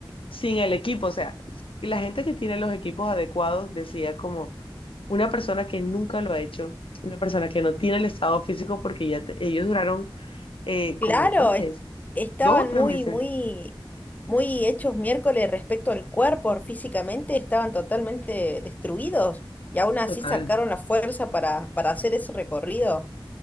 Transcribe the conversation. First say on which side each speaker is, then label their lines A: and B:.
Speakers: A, on the left; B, on the left.
A: sin el equipo, o sea, la gente que tiene los equipos adecuados decía como una persona que nunca lo ha hecho, una persona que no tiene el estado físico porque ya te- ellos duraron eh, como
B: Claro,
A: dos
B: es-
A: meses
B: estaban
A: Dos o tres
B: muy,
A: meses,
B: muy, muy hechos miércoles respecto al cuerpo, físicamente estaban totalmente destruidos y aún así
A: total.
B: sacaron la fuerza para, para hacer ese recorrido.